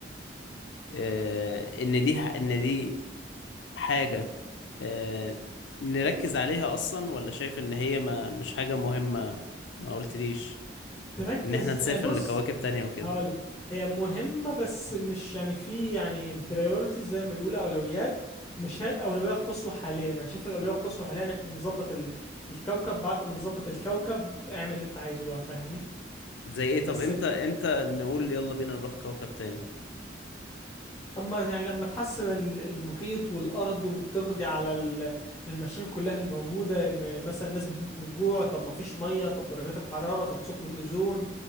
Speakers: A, on the left; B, on the left.
A: آه... ان دي ح... ان دي حاجة آه... نركز عليها اصلا ولا شايف ان هي ما مش حاجة مهمة ما قلتليش
B: تركز
A: ان احنا نسافر
B: يعني بص
A: لكواكب تانية وكده
B: هقول هي مهمة بس مش يعني في يعني بريورتي زي ما بيقولوا أولويات مش هي الأولوية القصوى حاليا أنا شايف الأولوية القصوى حاليا إحنا نظبط ال... الكوكب بعد ما نظبط الكوكب اعمل اللي أنت عايزه بقى فاهمني
A: زي ايه طب
B: بس
A: امتى امتى نقول يلا بينا نروح كوكب تاني
B: اما يعني لما تحسن ال- المحيط والارض وتقضي على ال- المشاكل كلها الموجوده ان مثلا الناس بتموت من الجوع طب ما فيش ميه طب درجات الحراره طب ثقب الاوزون